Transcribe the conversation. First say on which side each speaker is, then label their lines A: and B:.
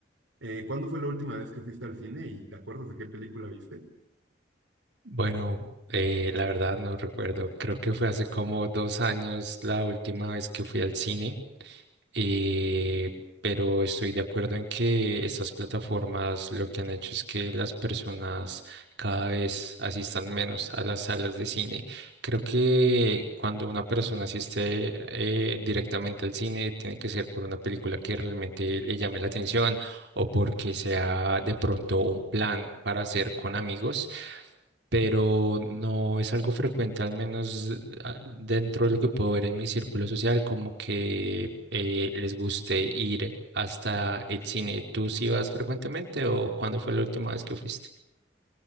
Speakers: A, on the right; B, on the right.
A: Eh, ¿cuándo fue la última vez que fuiste al cine y te acuerdas de qué película viste?
B: Bueno, eh, la verdad no recuerdo, creo que fue hace como dos años la última vez que fui al cine. Eh, pero estoy de acuerdo en que estas plataformas lo que han hecho es que las personas cada vez asistan menos a las salas de cine. Creo que cuando una persona asiste eh, directamente al cine, tiene que ser por una película que realmente le llame la atención o porque sea de pronto un plan para hacer con amigos pero no es algo frecuente, al menos eh, dentro de lo que puedo ver en mi círculo social, como que eh, les guste ir hasta el cine. ¿Tú sí vas frecuentemente o cuándo fue la última vez que fuiste?